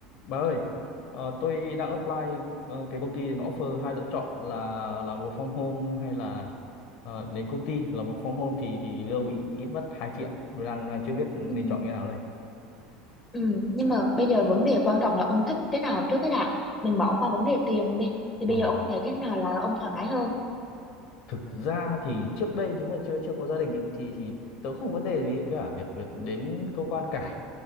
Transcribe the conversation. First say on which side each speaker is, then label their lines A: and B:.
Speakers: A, on the left; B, on the left.
A: Bà ơi, ờ, tôi đang apply ờ, cái công ty nó offer hai lựa chọn là làm work from home hay là ờ, đến công ty làm work from home thì thì lương bị ít mất 2 triệu. Tôi đang, đang chưa biết nên
B: Ừ.
A: chọn cái nào đây.
B: Ừ. Nhưng mà bây giờ vấn đề quan trọng là ông thích cái nào trước cái đã mình bỏ qua vấn đề tiền đi thì
A: Ờ,
B: bây giờ ông thấy cái nào là ông thoải mái hơn
A: Thực ra thì trước đây nếu mà chưa chưa có gia đình ý, thì thì tớ không vấn đề gì cả việc việc đến cơ quan cả.